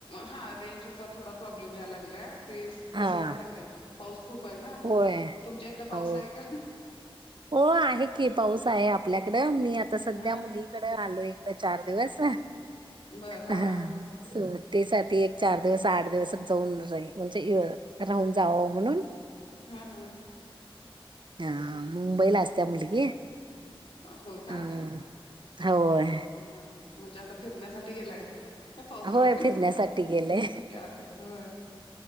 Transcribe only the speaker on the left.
हा रेंजचा थोडा प्रॉब्लेम यायला लागलाय. ते
तस व्हायला लागलय पाऊस खूप आहे ना.
तुमच्या इकड पाऊस
आहे का?
ह
बर हा
हा
हम्म हम्म.
होय का
ह म्हणजे आता फिरण्यासाठी गेलाय? का पावसाळ
आलं होय